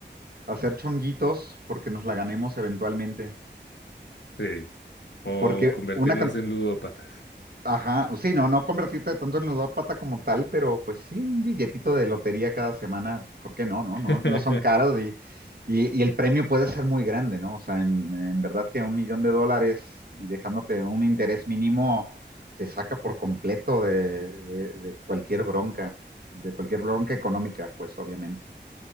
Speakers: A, on the right; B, on the left.
A: hacer chonguitos porque nos la ganemos eventualmente.
B: Sí. O
A: Porque
B: convertirnos
A: una, can-
B: en ludópatas.
A: Ajá, sí, no, no convertirte tanto en ludópata como tal, pero pues sí, un billetito de lotería cada semana, ¿por qué no? No,
B: <laughs>
A: no, no son caros y, y, y el premio puede ser muy grande, ¿no? O sea, en, en verdad que un millón de dólares y dejándote un interés mínimo te saca por completo de, de de cualquier bronca, de cualquier bronca económica, pues obviamente.